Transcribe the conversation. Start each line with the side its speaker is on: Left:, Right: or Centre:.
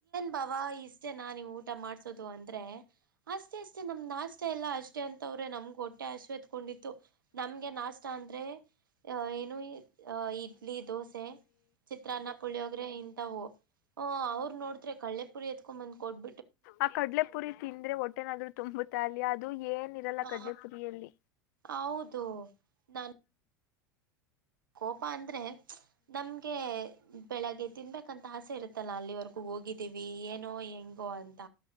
Right: ಬಬ ಈಸ್ಟನ್ ನಾ ನೀವು ಊಟ ಮಾಡ್ಸೋದು ಅಂದ್ರೆ ಅಷ್ಟೇ ಅಷ್ಟೇ ನಮ್ ನಾಷ್ಟ ಎಲ್ಲ ಅಷ್ಟೇ ಅಂತವ್ರೆ ನಮ್ಗೆ ಹೊಟ್ಟೆ ಶತ್ಕೊಂಡಿ ನಮಗೆ ನಾಷ್ಟ ಅಂದ್ರೆ ಏ ಇಡ್ಲಿ ದೋಸೆ ಚಿತ್ರಾನ್ನ ಪುಳಿಯೋಗ್ರೆ ಇಂತವು ಹ ಅವ್ರು ನೋಡ್ರ ಕೆೇುರಿ ಎತ್ಕೊಂಬಂದ್ ಕೊಡ್
Left: ಆ ಕಡ್ಲೆ ಪುರಿ ತಿಂದ್ರೆ ಹೊಟ್ಟೆನಾದ್ರು ತುಂಬುತ್ತ ಅಲಿ ಅದು ಲ್ಲ
Right: ಹ
Left: ಕಡ್ಪುರಿಯಲ್ಲಿ
Right: ಹೌದು ನಾನ್ ಕೋಪ ಅಂದ್ರೆ ನಮ್ಗೆ ಬೆಳಗ್ಗೆ ತಿನ್ಬೇಕಂತ ಆಸೆ ಇರುತ್ತಲ್ಲಾ ಅಲ್ಲಿವರೆಗೂ ಹೋಗಿದ್ದೀವಿ ಏನೋ ಹೆಂಗೋ ಅಂತ